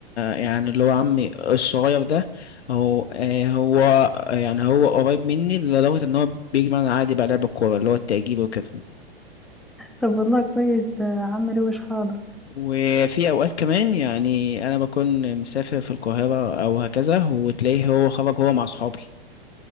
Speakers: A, on the left; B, in the centre.
A: يعني اللي هو عمي الصغير ده هو آه، هو آه، يعني هو قريب مني لدرجة ان هو بيجي معانا عادي بقى لعب الكورة اللي هو التأجيب وكده
B: طب والله كويس ده عم روش خالص
A: وفي اوقات كمان يعني انا بكون مسافر في القاهره او هكذا وتلاقيه هو خرج هو مع اصحابي